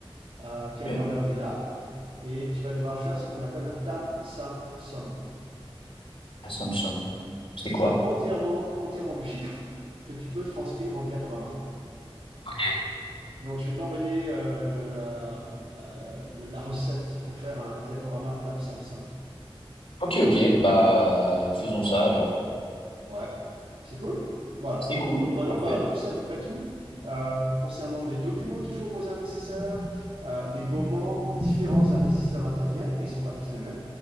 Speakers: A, on the right; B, on the left.
A: à quelle
B: Ok.
A: valeur il a, et tu vas devoir faire ce qu'on appelle un TAM, SAM, SOM.
B: assumption C'est
A: C'est
B: quoi?
A: entièrement, entièrement du chiffre que tu peux transcrire en diaporama.
B: Ok.
A: Donc, je vais t'envoyer euh, le, euh, euh, le- la recette pour faire un, un diaporama TAM, SAM, SOM.
B: Ok, ok. Bah, faisons ça alors.
A: Ouais, c'est cool. Voilà.
B: C'est cool.
A: Donc maintenant,
B: Parfait.
A: ben, tu sais à peu près tout euh, concernant les documents qu'il faut pour les investisseurs, euh, les moments où différents investisseurs interviennent, et ils ne sont pas tous les mêmes.